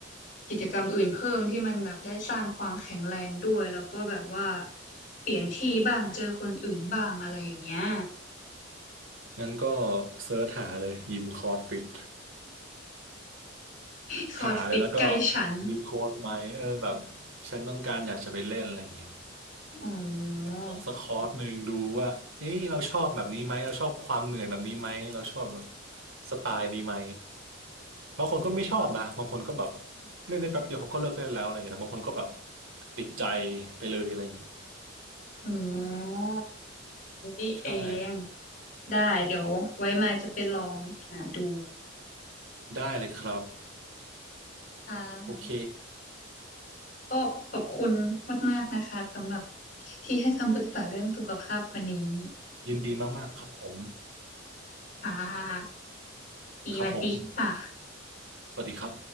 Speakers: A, on the left; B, on the right.
A: กิจกรรมอื่นเพิ่มที่มันแบบได้สร้างความแข็งแรงด้วยแล้วก็แบบว่าเปลี่ยนที่บ้างเจอคนอื่นบ้างอะไรอย่างเงี้ย
B: งั้นก็เซิร์ชหาเลยยิมคอร์สฟิต
A: <laughs> คอร์สฟิตใกล้ฉัน
B: หาเลยแล้วก็มีโค้ดไหมเออแบบฉันต้องการอยากจะไปเล่นอะไรอย่างเงี้ย
A: อ๋อ
B: แบบลงสักคอร์สหนึ่งดูว่าเอ้ยเราชอบแบบนี้ไหมเราชอบความเหนื่อยแบบนี้ไหมเราชอบแบบสไตล์นี้ไหมบางคนก็ไม่ชอบนะบางคนก็แบบเล่นได้แป๊บเดียวเขาก็เลิกเล่นแล้วอะไรอย่างเงี้ยแต่บางคนก็แบบติดใจไปเลยอะไรอย่างเงี้ย
A: อ๋อนี่เอง
B: ใช่
A: ได้เดี๋ยวไว้มายจะไปลองหาดู
B: ได้เลยครับ
A: ค่ะ
B: โอเค
A: ก็ขอบคุณมากๆนะคะสำหรับที่ให้คำปรึกษาเรื่องสุขภาพวันนี้
B: ยินดีมากๆครับผม
A: <laughs> ค่ะสวัสดีค่ะ
B: ครับผมสวัสดีครับ